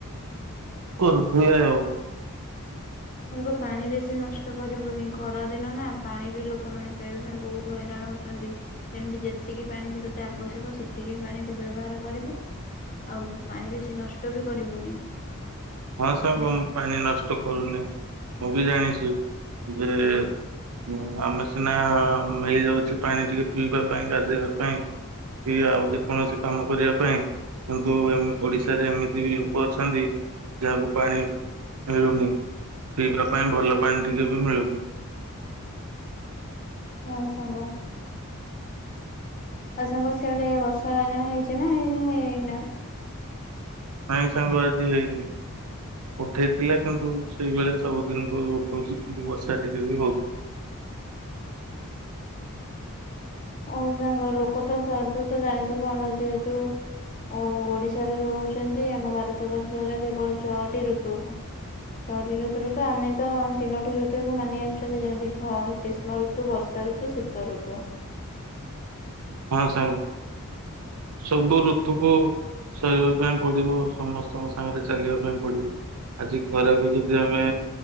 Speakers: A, on the right; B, on the left.
A: କରୁଥିଲେ ଆଉ।
B: ସାଙ୍ଗ ପାଣି ବେଶୀ ନଷ୍ଟ କରିବୁନି ଖରା ଦିନ ନା ପାଣି ବି ଲୋକମାନେ ପାଇବା ପାଇଁ ବହୁତ ହଇରାଣ ହ ଚନ୍ତି। ତେଣୁ କି ଯେତିକି ପାଣି କି ତତେ ଆବଶ୍ୟକ ସେତିକି ପାଣି ତୁ ବ୍ୟବହାର କରିବୁ ଆଉ ପାଣି ବେଶୀ ନଷ୍ଟ ବି କରିବୁନି।
A: ହଁ ସାଙ୍ଗ
B: ଦେଖ
A: ମୁଁ ପାଣି ନଷ୍ଟ କରୁନେଇଁ। ମୁଁ ବି ଜାଣିଚି ଯେ ହୁଁ ଆମେ ସିନା ମିଳିଯାଊଛି ପାଣି ଟିକେ ପିଇବା ପାଇଁ ଗାଧେଇବା ପାଇଁ କି ଆଉ ଯେକୌଣସି କାମ କରିବା ପାଇଁ କିନ୍ତୁ ଏମ୍ ଓଡିଶାରେ ଏମିତି ବି ଲୋକ ଅଛନ୍ତି ଯାହାକୁ ପାଣି ମିଳୁନି ପିଇବା ପାଇଁ ଭଲ ପାଣି ଟିକେ ବି ମିଳୁନି।
B: ହଁ ସାଙ୍ଗ। ଆଉ ସାଙ୍ଗ ସିଆଡେ ବର୍ଷା ଏଇନା ହେଇଚି ନା ହେଇନେଇ ଏଇନା?
A: ନାଇଁ ସାଙ୍ଗ ଆଜି ହେଇନି। ଉଠେଇଥିଲା କିନ୍ତୁ ସେଇଭଳିଆ ସବୁଦିନ ଉଠଉଛି କିନ୍ତୁ ବର୍ଷା ଟିକେ ବି ହଉନି।
B: ହଉ ସାଙ୍ଗ ଲୋକ ତ ସୁ ତ ଜାଣିଥିବ ଆମର ଯେହେତୁ ଓ ଓଡ଼ିଶାରେ ରହୁଛନ୍ତି ଆମ ଭାରତବର୍ଷରେ କେବଳ ଛଅଟି ଋତୁ। ଛଅଟି ଋତୁ ରୁ ତ ଆମେ ତ ତିନୋଟି ଋତୁକୁ ମାନି ଆସୁଛନ୍ତି ଯେମିତି କି ଖ କିସ ମ ଋତୁ ବର୍ଷା ଋତୁ ଶୀତ ଋତୁ।
A: ହଁ ସାଙ୍ଗ ସବୁ ଋତୁକୁ ସହିବା ପାଇଁ ପଡିବ ସମସ୍ତଙ୍କ ସାଙ୍ଗରେ ଚାଲିବା ପାଇଁ ପଡିବ। ଆଜି ଖରା ବି ଯଦି ଆମେ